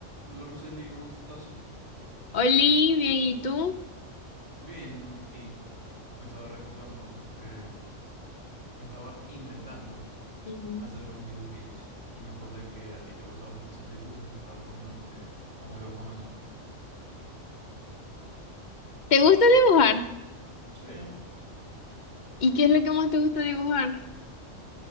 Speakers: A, on the right; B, on the left.
A: Hola Roseli, ¿cómo estás?
B: Oli, bien, ¿y tú?
A: Bien, aquí me estaba recordando porque estaba intentando
B: Mm.
A: hacer unos dibujitos y me acordé que a ti te gusta bastante hacer dibujos y te estaba preguntando que cómo ibas con eso.
B: ¿Te gusta dibujar?
A: Sí.
B: ¿Y qué es lo que más te gusta dibujar?